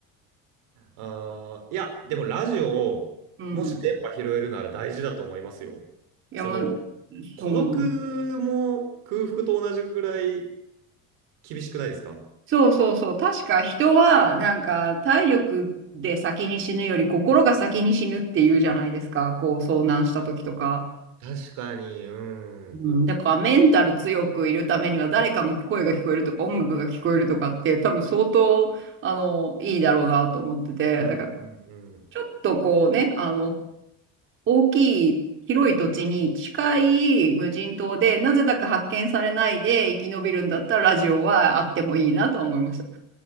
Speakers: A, on the right; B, on the right.
A: あーいや、でもラジオを、
B: うん。
A: もし電波拾えるなら大事だと思いますよ。
B: いや、
A: その、
B: もう、
A: 孤独も空腹と同じぐらい
B: そうなんだ
A: 厳しくないですか
B: そうそうそう。確か人は、なんか体力で先に死ぬより心が先に死ぬっていうじゃないですか。こう遭難した時とか。
A: 確かに、うん。
B: うん、だからメンタル強くいるためには誰かの声が聞こえるとか音楽が聞こえるとかって多分相当あのいいだろうなと思っててだから
A: うん、うん、うん。
B: ちょっとこうねあの大きい広い土地に近い無人島で、なぜだか発見されないで生き延びるんだったらラジオはあってもいいなとは思いました。